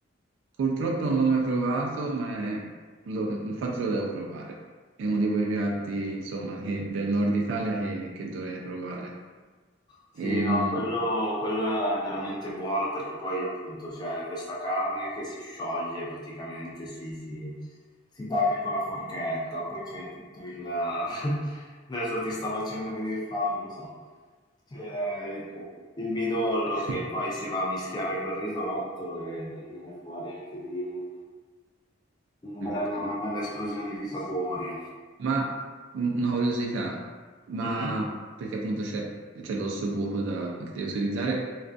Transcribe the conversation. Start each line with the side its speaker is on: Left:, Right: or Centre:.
Right: Purtroppo non l'ho mai provato, ma è- lo- infatti lo devo provare. È uno di quei piatti, insomma, che- del nord Italia che, che dovrei provare.
Left: Sì,
Right: Ehm,
Left: no, quello quello è veramente buono perché poi appunto c'è questa carne che si scioglie praticamente, si si si taglia con la forchetta,
Right: Esatto,
Left: poi c'è tutto il <laughs> adesso ti sta facendo venire fame, lo so. C'è il il midollo
Right: sì.
Left: che
Right: <laughs>
Left: poi si va a mischiare col risotto e viene fuori anche lì un un
Right: ok.
Left: bel una bella esplosione di sapori.
Right: Ma un- una curiosità, ma
Left: Mh-mh.
Right: perché appunto c'è c'è l'osso buco da, che devo utilizzare,